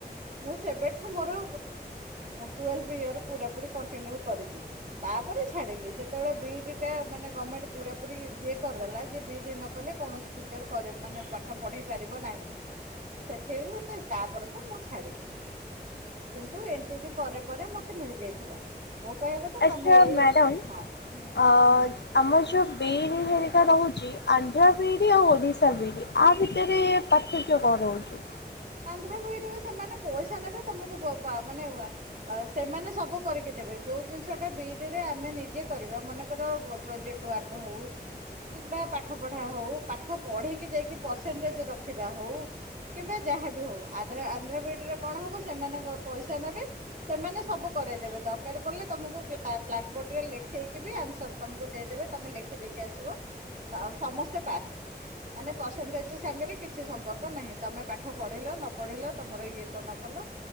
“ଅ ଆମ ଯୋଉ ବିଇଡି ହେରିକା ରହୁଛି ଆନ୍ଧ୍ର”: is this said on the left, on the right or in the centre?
Left